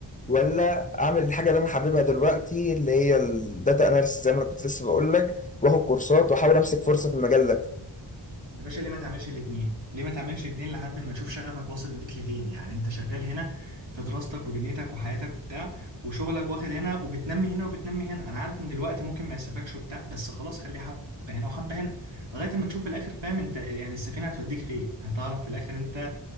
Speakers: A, on the left; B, on the right.
A: ولا اعمل الحاجه اللي انا حاببها دلوقتي اللي هي الداتا اناليسيس زي ما انا كنت لسه بقول لك واخد كورسات واحاول امسك فرصه في المجال ده
B: يا باشا ليه ما تعملش الاتنين ليه ما تعملش الاتنين لحد ما تشوف شغفك واصل بيك لفين يعني انت شغال هنا في دراستك ودنيتك وحياتك وبتاع وشغلك واخد هنا وبتنمي هنا وبتنمي هنا انا عارف ان الوقت ممكن ما يسفكش وبتاع بس خلاص خلي حبة هنا وحبة هنا لغاية ما تشوف في الاخر فاهم انت يعني السفينة هتوديك فين هتعرف في الاخر انت